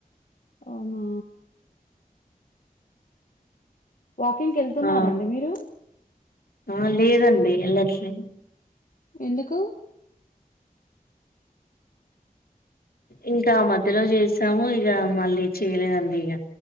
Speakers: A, on the left; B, on the left.
A: అవునా వాకింగ్ కెళ్తున్నారా
B: ఆ
A: అండి మీరు
B: ఆ లేదండి ఎళ్ళట్లే
A: ఎందుకు
B: ఇంకా ఆ మధ్యలో చేసాము ఇగ మళ్ళీ చేయలేదండి ఇగ